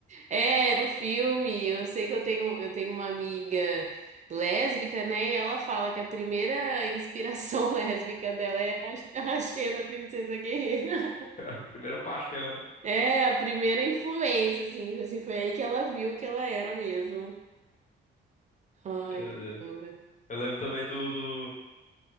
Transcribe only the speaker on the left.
<laughs>
A primeira paixão, né?
É,
é. Eu lembro também do, do...